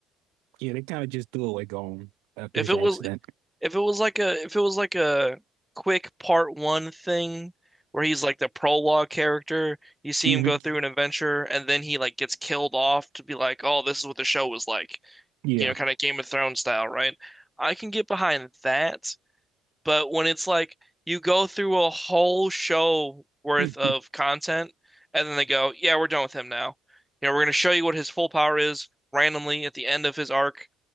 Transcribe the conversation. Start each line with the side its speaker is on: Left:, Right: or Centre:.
Right: Yeah, they kind of just threw away Gon after
Centre: If
Right: his
Centre: it
Right: accident.
Centre: was if it was like a if it was like a quick part one thing where he's like the prologue character, you see
Right: hmm
Centre: him go through an adventure and then he like gets killed off to be like, "Oh, this is what the show was like."
Right: Yeah.
Centre: You know, kind of Game of Thrones style, right? I can get behind that, But when it's like you go through a whole show worth
Right: <laughs> hmm
Centre: of content and then they go, yeah, we're done with him now. You know, we're going to show you what his full power is randomly at the end of his arc,